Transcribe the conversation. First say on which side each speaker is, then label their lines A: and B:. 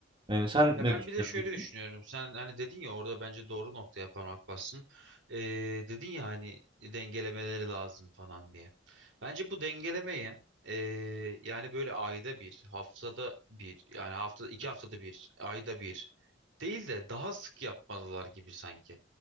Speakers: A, on the right; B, on the right.
A: Yani sen
B: Ya
A: ne
B: ben
A: düşünüyorsun
B: bir de şöyle
A: peki?
B: düşünüyorum. Sen hani dedin ya orada bence doğru noktaya parmak bassın. Ee, dedin ya hani dengelemeleri lazım falan diye. Bence bu dengelemeyi ee, yani böyle ayda bir, haftada bir, yani hafta iki haftada bir, ayda bir değil de daha sık yapmalılar gibi sanki.